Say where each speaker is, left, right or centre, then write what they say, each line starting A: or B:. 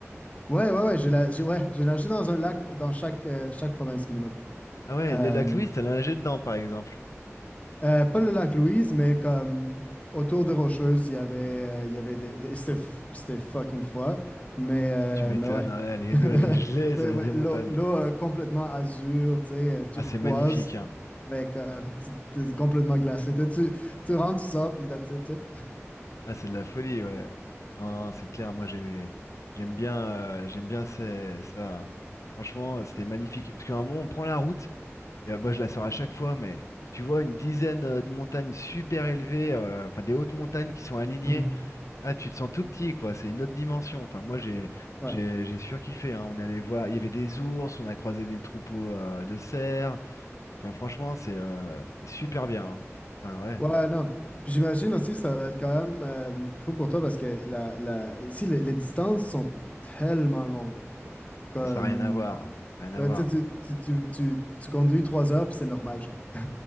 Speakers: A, on the left; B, on the left.
A: Ouais, ouais, ouais, j'ai la- j'ai- ouais, j'ai nagé dans un lac dans chaque, euh, chaque province minimum.
B: Ah ouais,
A: Euh,
B: le lac Louise, t'as nagé dedans, par exemple.
A: euh, pas le lac Louise, mais comme autour de Rocheuses, il y avait, euh, il y avait des, des- c'était f- c'était fucking froid, mais, euh,
B: Tu m'étonnes,
A: mais ouais.
B: ouais, les,
A: <laughs>
B: le- les gelées, ça
A: Mais
B: vient
A: ouais,
B: des montagnes.
A: l'eau l'eau, euh, complètement azur, tu sais, euh, turquoise.
B: Ah, c'est magnifique, hein.
A: Mais comme, tu- t'es complètement glacé. Tu, tu tu rentres, tu sors, puis là, tu sais.
B: Ah, c'est de la folie, ouais. Non, non, c'est clair, moi j'ai, j'aime bien, euh, j'aime bien ces- ça. hein. Franchement, c'était magnifique. Parce qu'à un moment, on prend la route, et euh, moi je la sors à chaque fois, mais tu vois une dizaine euh, de montagnes super élevées, euh, enfin des hautes montagnes qui sont alignées.
A: Mhm.
B: Ah, tu te sens tout petit, quoi. C'est une autre dimension. Enfin, moi j'ai,
A: Ouais.
B: j'ai, j'ai surkiffé, hein. On allait voir, il y avait des ours, on a croisé des troupeaux euh, de cerfs. Enfin, franchement, c'est euh, c'est super bien. hein. Enfin, ouais,
A: Ouais, non. Puis j'imagine aussi, ça va être quand même euh, fou pour toi parce que la, la... ici, les, les distances sont tellement longues. Comme,
B: ça n'a rien à voir. hein. Ça n'a rien
A: là,
B: à voir.
A: tu sais, tu, tu, tu, tu, tu conduis trois heures, puis c'est normal, genre. <laughs>